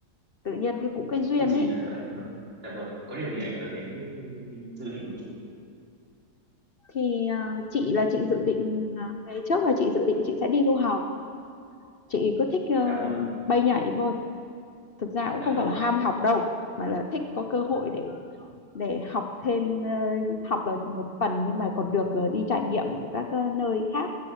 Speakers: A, on the left; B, on the right.
A: tự nhiên cái cũng cái
B: có
A: duyên
B: điều gì
A: ấy
B: ờ, ảnh hưởng dạ vâng có điều gì
A: Ừ.
B: ảnh hưởng đến cái dự định của chị ạ?
A: thì ờ, chị là chị dự định ờ, ngày trước là chị dự định chị sẽ đi du học chị cứ thích ờ,
B: dạ vâng
A: bay nhảy thôi thực ra cũng
B: dạ
A: không
B: vâng
A: phải là ham học đâu mà là thích có cơ hội để để học thêm ờ, học là một phần nhưng mà còn được ờ, đi trải nghiệm ở các ờ, nơi khác